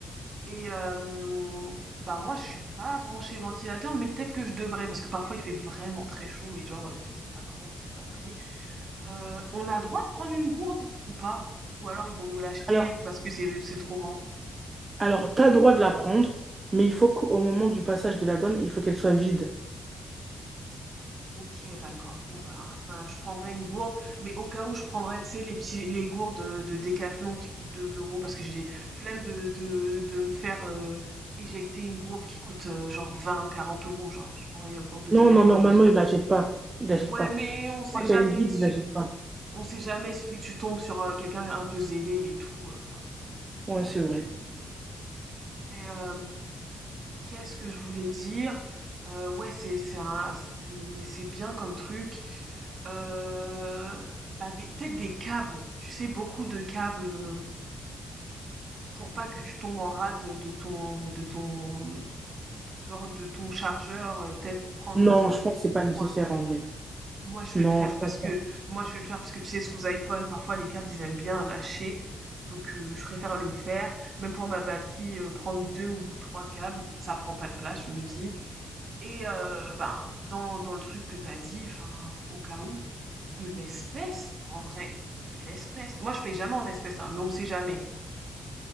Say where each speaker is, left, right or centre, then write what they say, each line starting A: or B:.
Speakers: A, on the right; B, on the right.
A: Et euh, bah moi, je suis pas branchée ventilateur, mais peut-être que je devrais parce que parfois il fait vraiment très chaud et genre euh, tu sais pas comment te patouiller. Heu, on a droit de prendre une gourde ou pas? Ou alors ils vont nous l'acheter
B: Alors,
A: parce que c'est c'est trop grand?
B: alors, t'as le droit de la prendre, mais il faut qu'au moment du passage de la donne, il faut qu'elle soit vide.
A: OK, d'accord. Bon ben ben, je prendrai une gourde, mais au cas où je prendrais, tu sais, les petits les gourdes, heu, de Decathlon qui coûtent deux euros parce que j'ai flemme de de de me faire, heu, éjecter une gourde qui coûte, heu, genre vingt quarante euros. genre. Je prendrais la gourde de Decathlon
B: Non, non, normalement,
A: à 2 euros.
B: il la pas. Il la
A: Ouais,
B: pas.
A: mais on sait
B: Quand
A: jamais,
B: elle est vide,
A: il suffi
B: il la pas.
A: on sait jamais, il suffit que tu tombes sur, heu, quelqu'un un peu zélé et tout, heu, enfin flemme
B: Ouais, c'est vrai.
A: et hem Qu'est-ce que je voulais dire? Heu, ouais, c'est c'est un c'est c'est bien comme truc. Heu, bah, des peut-être des câbles, tu sais, beaucoup de câbles, heu pour pas que tu tombes en rade de ton de ton, mmh, genre, de ton chargeur, heu, peut-être prendre
B: Non,
A: 2,
B: je pense que c'est pas nécessaire
A: 3.
B: en vrai.
A: moi, je
B: Non,
A: vais le faire
B: je pense
A: parce que
B: pas.
A: moi, je vais le faire parce que, tu sais, sous iPhone, parfois, les câbles, ils aiment bien lâcher. Donc heu, je préfère le faire. Même pour ma batterie, heu, prendre 2 ou 3 câbles, ça prend pas de place, je me dis. Et euh, ben, dans, dans le truc que t'as dit, enfin, au cas où, de l'espèce, en vrai, de l'espèce. Moi, je paye jamais en espèce, hein, mais on sait jamais.